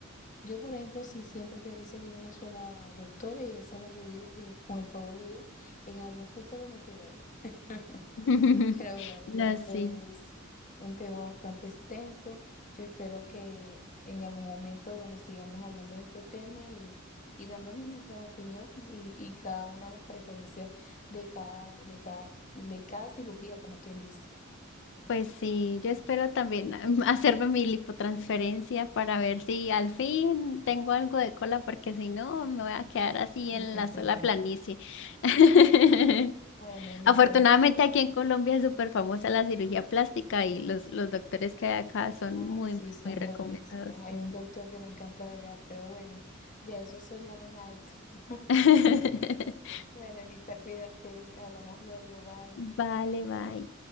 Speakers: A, on the left; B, on the left.
A: Yo, por ejemplo, sí siempre te- he seguido una sola doctora y esa es la que digo que con el favor de Dios en algún futuro me operaré. <laughs>
B: <laughs>
A: Pero bueno,
B: No,
A: ya esto
B: sí.
A: es un tema bastante extenso. Yo espero que en algún momento, bueno, sigamos hablando de este tema y, y dándonos nuestras opiniones y, y cada una de las preferencias de cada, u- de cada, de cada cirugía, como quien dice.
B: Pues sí, yo espero también ah, <laughs> hacerme mi lipotransferencia para ver si al fin tengo algo de cola, porque si no me voy a quedar así
A: <laughs>
B: en la sola planicie. <laughs>
A: Bueno, Elizabeth.
B: Afortunadamente aquí en Colombia es súper famosa la cirugía plástica y los, los doctores que hay acá son
A: Ay,
B: muy,
A: sí,
B: muy,
A: son
B: muy recomendados.
A: buenísimos. Hay un doctor que me encanta de allá, pero bueno, ya eso es soñar en alto. <laughs>
B: <laughs>
A: Bueno, Elisa, cuídate, hablamos luego, bye.
B: Vale, bye.